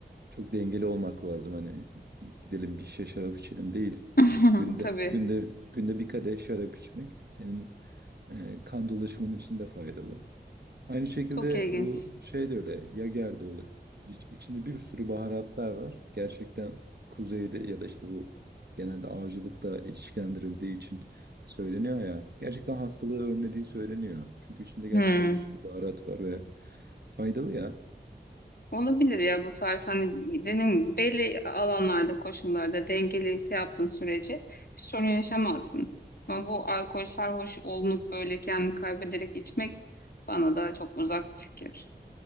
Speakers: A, on the right; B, on the left.
A: çok dengeli olmak lazım hani gidelim bir şişe şarap içelim değil.
B: <laughs>
A: Günde
B: Tabii.
A: günde günde bir kadeh şarap içmek senin e, kan dolaşımın için de faydalı. Aynı şekilde
B: Çok ilginç.
A: bu şey de öyle. Yager de oluyor. İç- İçinde bir sürü baharatlar var. Gerçekten kuzeyde ya da işte bu genelde avcılıkla ilişkilendirildiği için söyleniyor ya. Gerçekten hastalığı önlediği söyleniyor. Çünkü içinde gerçekten
B: Hmm.
A: bir sürü baharat var ve faydalı ya.
B: Olabilir ya bu tarz hani dediğim gibi belli alanlarda koşullarda dengeli şey yaptığın sürece bir sorun yaşamazsın. Ama bu alkol sarhoş olunup böyle kendini kaybederek içmek bana da çok uzak bir fikir.